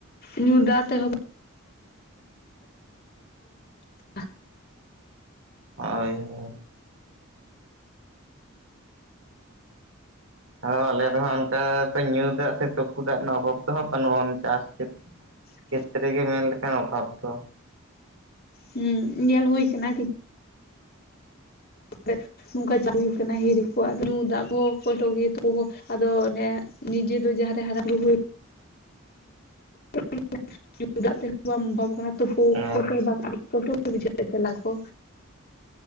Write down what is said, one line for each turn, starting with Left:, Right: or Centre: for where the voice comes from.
Left: ᱧᱩ ᱫᱟᱜ ᱛᱮᱦᱚᱸ <inaudible>
Right: ᱟᱭ ᱦᱳᱭ᱾ ᱦᱚᱸ ᱟᱞᱮ ᱫᱚ ᱦᱟᱸᱜ ᱚᱱᱠᱟ ᱛᱚ ᱧᱩ ᱫᱟᱜ ᱥᱮ ᱛᱳᱯᱩᱫ ᱫᱟᱜ ᱨᱮᱱᱟᱜ ᱚᱵᱷᱟᱵᱽ ᱫᱚ ᱦᱟᱸᱜ ᱵᱟᱹᱱᱩᱜ, ᱚᱱ ᱪᱟᱥ ᱛᱮᱫ
Left: <inaudible>
Right: ᱠᱷᱮᱛ ᱨᱮᱜᱮ ᱢᱮᱱ ᱞᱮᱠᱷᱟᱱ ᱚᱵᱷᱟᱵᱽ ᱫᱚ᱾
Left: ᱦᱩᱸ ᱧᱮᱞ ᱦᱩᱭ ᱠᱟᱱᱟ ᱠᱤ <inaudible> ᱱᱚᱝᱠᱟ ᱪᱟᱹᱪᱩᱣ ᱠᱟᱱᱟ ᱦᱤᱨᱤ ᱠᱚ ᱟᱫᱚ ᱧᱩᱭ ᱫᱟᱜ ᱠᱚ ᱛᱚᱴᱚ ᱜᱮ ᱛᱟᱠᱩ ᱫᱚ ᱟᱫᱚ ᱚᱱᱮ ᱱᱤᱡᱮ ᱫᱚ ᱡᱟᱦᱟᱸ ᱨᱮ ᱦᱟᱨᱟ ᱵᱩᱨᱩ ᱦᱩᱭ <inaudible> ᱧᱩᱭ ᱫᱟᱜ ᱛᱮ ᱵᱟᱢ ᱚᱵᱷᱟᱵ ᱠᱟᱱᱟ ᱛᱩᱯᱩ
Right: ᱟᱪᱪᱷᱟ
Left: ᱠᱚᱛᱮ ᱵᱟᱝ ᱟᱨᱩᱯ <inaudible> ᱵᱩᱡᱷᱟᱜᱼᱟ ᱪᱟᱞᱟᱜ ᱠᱚ᱾